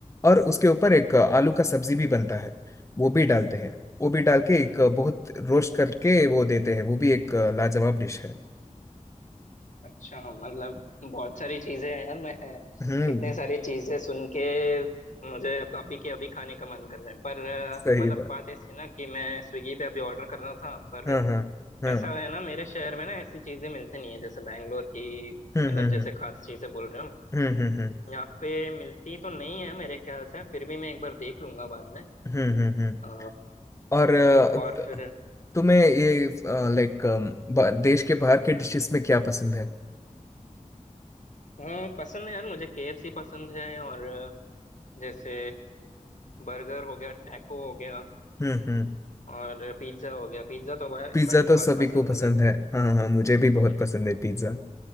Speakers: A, on the left; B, on the left.
A: और उसके ऊपर एक अ, आलू का सब्जी भी बनता है वो भी डालते हैं वो भी डाल के एक बहुत रोस्ट करके वो देते हैं वो भी एक लाजवाब डिश है
B: अच्छा मतलब बहुत सारी चीजें हैं यार मैं
A: हम्म
B: इतने सारी चीजें सुन के मुझे अब- अभी के अभी खाने का मन कर रहा है पर अ,
A: सही
B: मतलब
A: बात
B: बात ऐसी है ना कि मैं स्विगी पे अभी ऑर्डर कर रहा था पर
A: हाँ हाँ हाँ
B: ऐसा है ना मेरे शहर में ना ऐसी चीजें मिलती नहीं है जैसे बैंगलोर की
A: हम्म
B: मतलब
A: हम्म
B: जैसे
A: हम्म
B: खास चीजें बोल रहे हो
A: हम्म हम्म हम्म
B: यहाँ पे मिलती तो नहीं है मेरे ख्याल से फिर भी मैं एक बार देख लूंगा बाद में
A: हम्म हम्म, हम्म।
B: अ,
A: और अ,
B: और
A: त-
B: फिर
A: तुम्हें ये लाइक देश के बाहर के डिशेस में क्या पसंद है
B: हाँ पसंद है यार मुझे केएफसी पसंद है और जैसे बर्गर हो गया टैको हो गया
A: हम्म हम्म
B: और पिज्ज़ा हो गया पिज्ज़ा तो भाई
A: पिज्जा
B: भाई
A: तो
B: बहुत
A: सभी
B: पसंद
A: को
B: है
A: पसंद
B: मुझे
A: है हाँ हाँ मुझे भी
B: हम्म।
A: बहुत पसंद है पिज्जा